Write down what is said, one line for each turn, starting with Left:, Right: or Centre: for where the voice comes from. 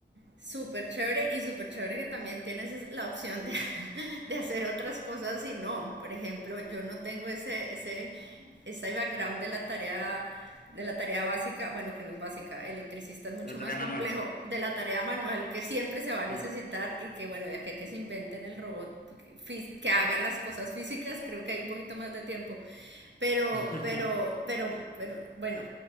Right: Súper chévere y súper chévere que también tienes es- la opción de, <laughs> de hacer otras cosas y no. Por ejemplo, yo no tengo ese, ese, ese background de la tarea, de la tarea básica, bueno, que no es básica, electricista es mucho
Left: La tarea
Right: más
Left: manual.
Right: complejo, de la tarea manual que siempre se va a
Left: Cor-
Right: necesitar y que bueno, ya que, que se inventen el robot que fí- que haga las cosas físicas, creo que hay un poquito más de tiempo. Pero,
Left: <laughs>
Right: pero, pero, pero, bueno